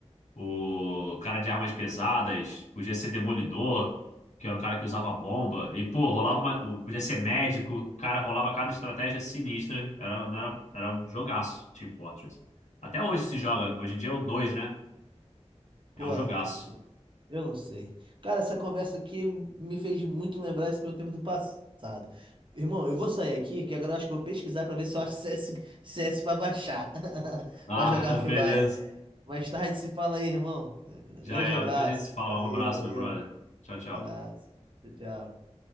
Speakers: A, on the left; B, on the right.
A: o cara de armas pesadas, podia ser demolidor, que era o cara que usava bomba. E, pô, rolava uma, o- podia ser médico, cara, rolava cada estratégia sinistra. Era, não era, era um jogaço, Team Fortress. Até hoje se joga, hoje em dia é o 2, né?
B: Porra,
A: É um jogaço.
B: eu não sei. Cara, essa conversa aqui me fez muito lembrar esse meu tempo do passado. Irmão, eu vou sair aqui, que agora eu acho que eu vou pesquisar pra ver se eu acho <laughs> CS, CS pra baixar. <laughs>
A: Ah,
B: Pra jogar offline.
A: <laughs> beleza.
B: Mais tarde se fala aí, irmão. Grande
A: Já é,
B: abraço.
A: depois a gente se fala.
B: Valeu,
A: Um abraço,
B: valeu.
A: meu brother. Tchau, tchau.
B: Um Abraço. Tchau, tchau.